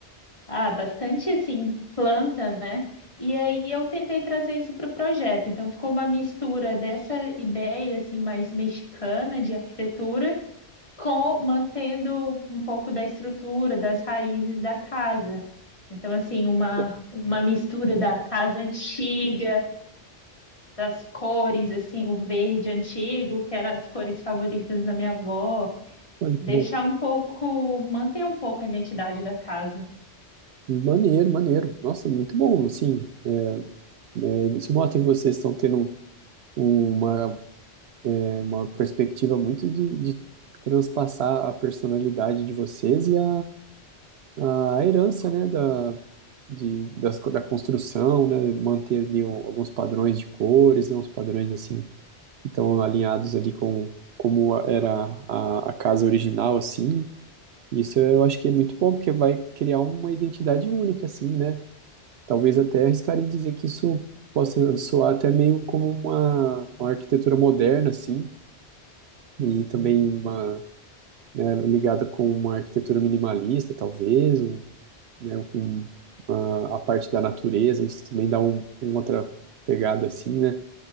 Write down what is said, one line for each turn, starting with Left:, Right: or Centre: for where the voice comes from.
Left: ah, bastante assim planta, né? E aí eu tentei trazer isso para o projeto. Então ficou uma mistura dessa ideia assim mais mexicana de arquitetura com mantendo um pouco da estrutura, das raízes da casa. Então, assim, uma,
Right: Tá bom.
Left: uma mistura da casa antiga, das cores, assim, o verde antigo, que eram as cores favoritas da minha avó,
Right: Olha
Left: deixar
Right: que bom.
Left: um pouco, manter um pouco a identidade da casa.
Right: Maneiro, maneiro. Nossa, muito bom, assim. É, é, isso mostra que vocês estão tendo uma, é, uma perspectiva muito de, de transpassar a personalidade de vocês e a a herança, né, da, de, das, da construção, né, manter ali o- alguns padrões de cores, né, uns padrões, assim, que estão alinhados ali com como era a, a casa original, assim, isso eu acho que é muito bom, porque vai criar uma identidade única, assim, né, talvez até arriscaria em dizer que isso possa soar até meio como uma, uma arquitetura moderna, assim, e também uma, né, ligada com uma arquitetura minimalista, talvez, um- né, com a, a parte da natureza, isso também dá um, uma outra pegada assim, né?